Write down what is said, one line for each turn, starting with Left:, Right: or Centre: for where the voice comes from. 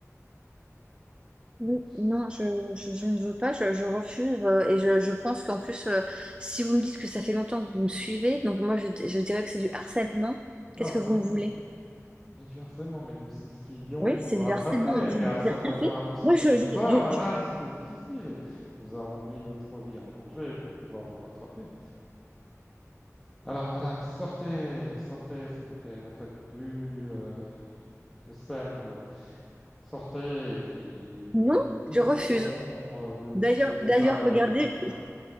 Right: Oui,
Centre: Du
Right: non, je, je, je ne veux pas, je, je refuse. euh, et je, je pense qu'en plus, euh, si vous me dites que ça fait longtemps que vous me suivez, donc moi, je, je dirais que c'est du harcèlement. Qu'est-ce
Centre: harcèlement.
Right: que vous me voulez?
Centre: Mais du harcèlement, mais nous essayions
Right: Oui,
Centre: de
Right: c'est
Centre: vous
Right: du
Centre: rattraper,
Right: harcèlement. Moi, je
Centre: mais
Right: ne
Centre: à
Right: vous
Centre: 192
Right: ai rien fait. Moi,
Centre: km/h,
Right: je, je- je-
Centre: madame,
Right: je-
Centre: c'était difficile. Nous avons mis notre vie en danger pour pouvoir vous rattraper. Alors, madame, sortez, sortez, s'il vous plaît, ne faites plus euh, de scène Sortez et puis
Right: non,
Centre: nous discuterons
Right: je refuse.
Centre: euh, de
Right: D'ailleurs,
Centre: tous ces détails
Right: d'ailleurs, regardez,
Centre: au commissariat.